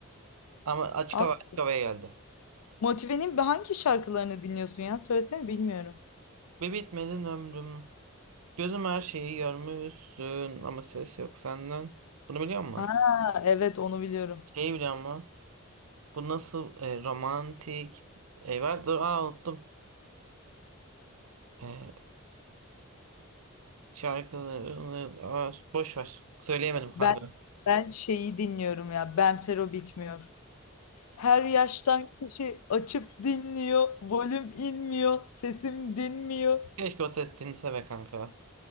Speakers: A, on the right (about 80°); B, on the left (about 80°).
A: Ama açık
B: Halk-
A: hava açık havaya geldi.
B: Motive'nin hangi şarkılarını dinliyorsun ya? Söylesene bilmiyorum.
A: Bir bitmedin ömrüm. Gözüm her şeyi görmüşsün ama ses yok senden. Bunu biliyor musun?
B: Ha evet onu biliyorum.
A: Şeyi biliyor musun? Bu nasıl e, romantik e, var? Dur aa unuttum. E, şarkıları aa, boş ver. Söyleyemedim kanka.
B: Ben ben şeyi dinliyorum ya. Ben Fero bitmiyor. Her yaştan kişi açıp dinliyor. Volüm inmiyor. Sesim dinmiyor.
A: Keşke o ses dinlese be kanka.